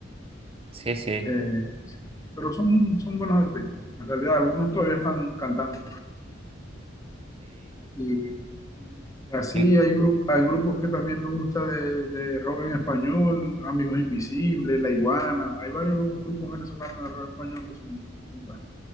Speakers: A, on the right (about 30°); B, on the left (about 15°).
A: Sí, sí,
B: Eh, sí. Pero son, son buenos artistas. En realidad, algunos todavía están cantando. Y, y así
A: sí,
B: hay, gru- hay grupos que también me gusta de, de rock en español, Amigos Invisibles, La Iguana. Hay varios grupos venezolanos de rock español que son, son buenos.